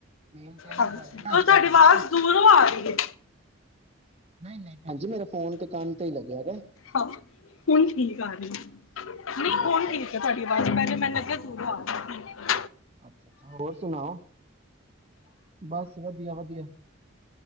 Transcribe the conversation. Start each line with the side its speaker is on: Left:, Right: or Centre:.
Right: ਮੇਨ ਤਾਂ ਇਹੀ
Left: ਹਾਂਜੀ
Right: ਗੱਲ ਹੈ ਨਾ
Left: ਤੁਹਾਡੀ
Right: ਅੱਜ ਕੱਲ ਤੁਹਾਨੂੰ
Left: ਆਵਾਜ਼
Right: ਪਤਾ
Left: ਦੂਰੋਂ ਆ ਰਹੀ ਹੈ
Right: ਨਹੀਂ ਨਹੀਂ ਭੈਣੀ ਜੀ ਫੋਨ ਤੇ ਕੰਮ ਤੇ ਹੀ ਲੱਗਿਆ ਵੇ
Left: ਹਾਂ ਹੁਣ ਠੀਕ ਆ ਰਹੀ ਨਹੀਂ ਹੁਣ
Right: ਅੱਛਾ
Left: ਠੀਕ
Right: ਅੱਛਾ
Left: ਆ ਤੁਹਾਡੀ ਆਵਾਜ਼ ਪਹਿਲਾ ਮੈਨੂੰ ਲੱਗਿਆ ਦੂਰੋ ਆ ਰਹੀ ਹੈ।
Right: ਅੱਛਾ ਅੱਛਾ ਹੋਰ ਸੁਣਾਓ ਬਸ ਵਧੀਆ ਵਧੀਆ